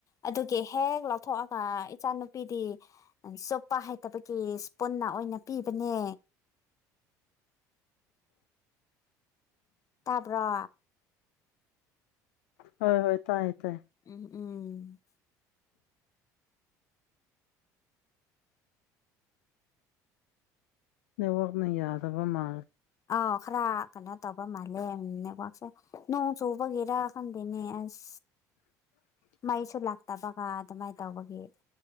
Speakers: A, on the left; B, on the left.
A: ꯑꯗꯨꯒꯤ ꯍꯦꯛ ꯂꯧꯊꯣꯛꯑꯒ ꯏꯆꯥꯅꯨꯄꯤꯗꯤ ꯆꯨꯞꯄ ꯍꯩꯇꯕꯒꯤ ꯄꯨꯟꯅ ꯑꯣꯏꯅ ꯄꯤꯕꯅꯦ
B: <inaudible>
A: ꯇꯥꯄ꯭ꯔꯣ
B: ꯍꯣꯏ ꯍꯣꯏ ꯇꯥꯏꯌꯦ ꯇꯥꯏ
A: ꯎꯝ ꯎꯝ
B: ꯅꯦꯋꯔꯛ ꯅ ꯌꯥ ꯊꯕ ꯃꯥ
A: ꯑ ꯈꯔ ꯀꯩꯅꯣ ꯇꯧꯕ ꯃꯥꯜꯂꯦꯅꯦꯀꯥꯛꯁꯦ ꯅꯣꯡ ꯆꯨꯕꯒꯤꯔꯥ ꯈꯪꯗꯦꯅꯦ ꯑꯁ
B: <inaudible>
A: ꯃꯩꯁꯨ ꯂꯥꯛꯇꯕꯒ ꯑꯗꯨꯃꯥꯏꯅ ꯇꯧꯕꯒꯤ